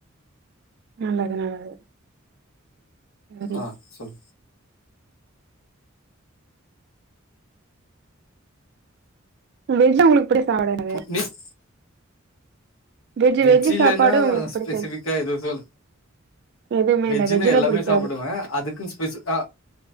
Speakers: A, on the right; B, on the left.
A: நல்லது நல்லது சரி
B: ஆ சொல்
A: வெஜா ஒங்களுக்கு புடிக்கு அப்டினே
B: மிஸ்
A: வெஜ்
B: வெஜி
A: வெஜ்
B: இல்ன்னா
A: சாப்பாடு உங்களுக்கு பிடிச்சது
B: ஸ்பெசிபிக்கா ஏதுவு இல்ல
A: எதுவுமே
B: வெஜ்ஜின்னா
A: இல்ல வெஜ்ஜுனா
B: எல்லாமே
A: பிடிக்காது
B: சாப்புடுவேன் அதுக்கு ஸ்பெசு அ